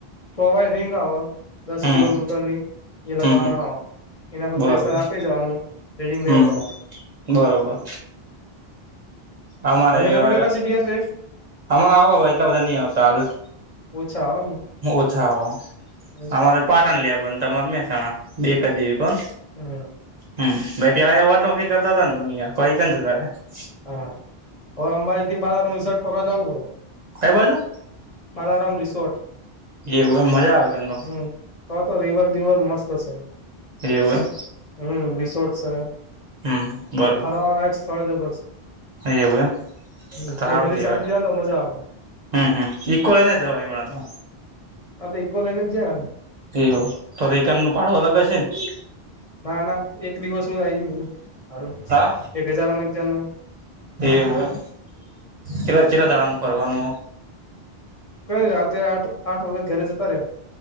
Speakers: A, on the left; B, on the right.
A: પ્રોવાઈ રિંગ આવ દસ
B: હમ
A: કિલો લીટરની એ લગવાન
B: હમ હમ
A: એના પર
B: બરોબર
A: પ્રેશર આપે જવાનું રીડિંગ લઈ
B: હમ
A: જવાનું
B: બરોબર અમારે
A: તમે
B: એવા
A: નથી કરતા સીબીઆઈ ટેસ્ટ
B: હમાણા આવ એટલા બધા ની આવ સાલસ
A: ઓછા આવે
B: ઓછા આવ
A: એમ.
B: અમારે પાટણ લેબન તમાર મેહસાણા બે કેડે પણ
A: હા.
B: હમ ભાઈ પેલા એવાજ નોકરી કરતા હતા ને તમે અહયા <unintelligible>
A: હા હવે અંબાજીથી બાલા રમસર્ટ ફરવા જવું હો
B: કઈ બાજુ
A: બાલારમ રિસોર્ટ
B: એવું એમ મજા આવે કન તો
A: હમ તો તો રીવર બીવર મસ્ત છે.
B: એવું
A: હમ રિસોર્ટ છે,
B: એમ હમ બરોબર
A: હરાવાળયક સ્થળ જો બસ
B: એવું એમ
A: હમ
B: તો સારું
A: ફેમિલી
B: કેવાય
A: સાથે જાવ ને મજા આવે
B: હમ હમ ઇકો લેયને જવાય હમણાં તો
A: અબે ઈકો લઈને જા
B: એવું તો રેકનનું ભાડું અલગ હશે ને
A: ના ના એક દિવસનું જ આય ગયું બધું સારું
B: હા
A: એક હજારમાં એક જણના
B: એવું એમ કેટલા કેટલા દાડાનું ફરવાનું
A: કઈ રાતે આઠ આઠ વાગે ઘરે જતા રે